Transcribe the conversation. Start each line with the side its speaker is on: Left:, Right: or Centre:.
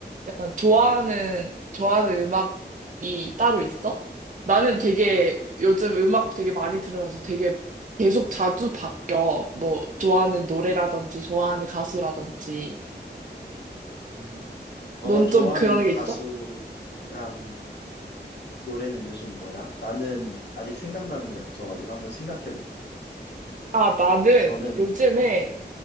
Right: 약간 좋아하는 좋아하는 음악이 따로 있어? 나는 되게 요즘 음악 되게 많이 들으면서 되게 계속 자주 바뀌어. 뭐 좋아하는 노래라든지 좋아하는 가수라든지.
Left: 음, 너가
Right: 넌
Left: 좋아하는
Right: 좀 그런 게
Left: 가수랑
Right: 있어?
Left: 노래는 요즘 뭐야? 나는 아직 생각나는 게 없어가지고 한번 생각해 볼게.
Right: 아, 나는
Left: 너는,
Right: 요즘에
Left: 어,